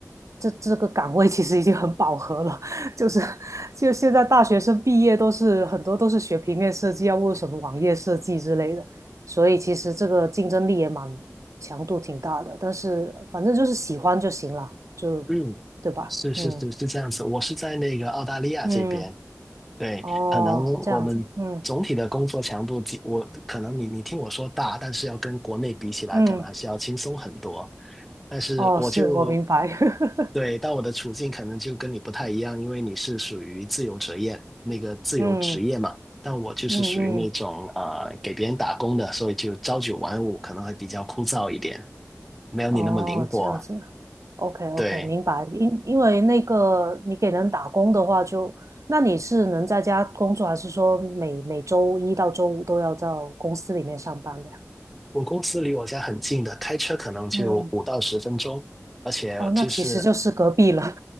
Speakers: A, on the right; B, in the centre.
A: 这这个岗位其实已经很饱和了，<laughs> 就是就现在大学生毕业都是很多都是学平面设计，要不什么网页设计之类的。所以其实这个竞争力也蛮强度挺大的，但是反正就是喜欢就行了，就
B: 嗯，
A: 对吧？
B: 是是是是这样子。
A: 嗯
B: 我是在那个澳大利亚这边。
A: 嗯，
B: 对，
A: 哦，
B: 可能我们总体的工作强度，
A: 这样子，嗯
B: 即我可能你你听我说大，但是要跟国内比起来，
A: 嗯，
B: 可能还是要轻松很多。但是我就
A: 哦，是我明白，<laughs>
B: 对，但我的处境可能就跟你不太一样，因为你是属于自由职业，那个自由职业嘛，
A: 嗯
B: 但我就是属于那种啊给别人打工的，
A: 嗯嗯，
B: 所以就朝九晚五，可能会比较枯燥一点，没有你那么灵活。
A: 哦，这样子，OK OK，
B: 对，
A: 明白。因因为那个你给人打工的话就，那你是能在家工作，还是说每每周一到周五都要到公司里面上班的呀？
B: 我公司离我家很近的，开车可能就五到十分钟。
A: 嗯，
B: 而且就是
A: 哦，那其实就是隔壁了，